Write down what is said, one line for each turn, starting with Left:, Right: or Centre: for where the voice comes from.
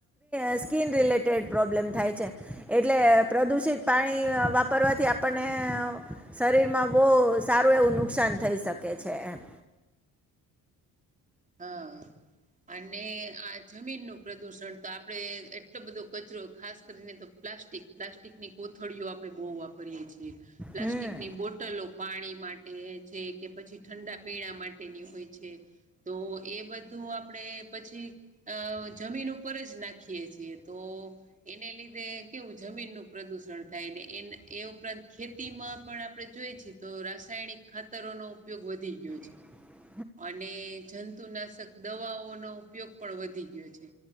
Centre: સ્ સ્કીન રિલેટેડ પ્રોબ્લેમ થાય છે એટલે પ્રદુષિત પાણી વાપરવાથી આપણને શરીરમાં બહુ સારું એવું નુકસાન થઈ શકે છે એમ
Right: હા અને આ જમીનનું પ્રદુષણ તો આપણેે એટલો બધો કચરો ખાસ કરીને તો પ્લાસ્ટિક, પ્લાસ્ટિકની કોથળીઓ આપણે બહુ વાપરીએ છીએ, પ્લાસ્ટિકની
Centre: હમ
Right: બોટલો પાણી માટે છે કે પછી ઠંડા પીણા માટેની હોય છે તો એ બધું આપણેે પછી અ જમીન ઉપર જ નાખીએ છીએ તો એને લીધે કેવું જમીન નું પ્રદુષણ થાયને એ એ ઉપરાંત ખેતીમાં પણ આપણે જોઈ છે તો રાસાયણિક ખાતરોનો ઉપયોગ વધી ગ્યૌ છે
Centre: <inaudible>
Right: અને જંતુનાશક દવાઓનો ઉપયોગ પણ વધી ગયો છે